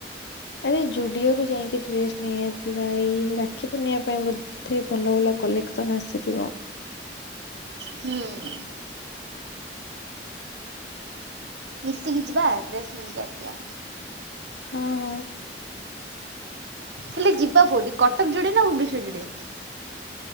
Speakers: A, on the left; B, on the right.
A: ଆରେ ଜୁଡିଓରୁୁ ଯାଇକି ଡ୍ରେସ ନେଇଆସିବା। ଏଇ ରାକ୍ଷୀ ପୁର୍ଣିମା ପାଇଁ ବୋ ଧେ ଭଲ ଭଲ କଲେକ୍ସନ ଆସିଥିବ।
B: ହୁଁ ମିଶିକି ଯିବା ଡ୍ରେସ ନେଇକି ଆସିବା।
A: ହଁ ହଁ
B: ହେଲେ ଯିବା କେଉଠି କଟକ ଜୁଡିଓ ନା ଭୁବନେଶ୍ୱର ଜୁଡିଓ?